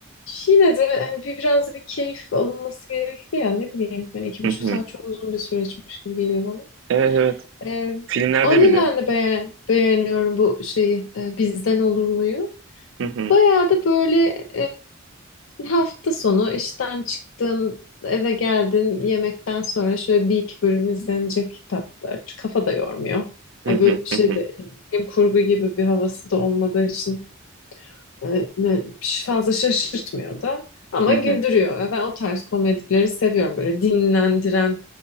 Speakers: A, on the left; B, on the right.
A: yine de hani bir, biraz da bir keyif alınması gerekli ya ne bileyim yani iki buçuk
B: Hı hı.
A: saat çok uzun bir süreçmiş gibi geliyor bana.
B: Evet, evet.
A: E,
B: Filmlerde
A: o nedenle
B: bile.
A: be- beğeniyorum bu şeyi e, bizden olur muyu.
B: Hı hı.
A: Bayağı da böyle e, hafta sonu işten çıktın, eve geldin, yemekten sonra şöyle bir iki bölüm izlenecek kitaplar. Çünkü kafa da yormuyor.
B: Hı
A: Ya
B: hı.
A: böyle şeyde
B: Hı hı.
A: bilim kurgu gibi bir havası da olmadığı için e, ne- fazla şaşırtmıyor da. Ama
B: Hı hı.
A: güldürüyor. Ve Ben o tarz komedileri seviyorum. Böyle dinlendiren,